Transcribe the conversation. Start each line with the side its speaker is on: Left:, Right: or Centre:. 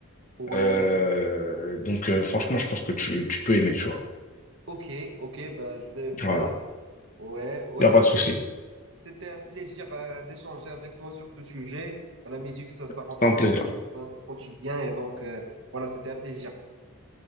Right: ouais,
Left: Euh, donc, euh, franchement, je pense que tu, tu peux aimer, tu vois.
Right: ok, ok, bah, je vais écouter.
Left: Voilà.
Right: Ouais, ouais,
Left: Y a
Right: c'était
Left: pas de souci.
Right: C'était un plaisir euh, d'échanger avec toi sur ce sujet. La musique, ça, ça rentre
Left: C'était un
Right: dans,
Left: plaisir.
Right: dans notre quotidien et donc, euh, voilà, c'était un plaisir.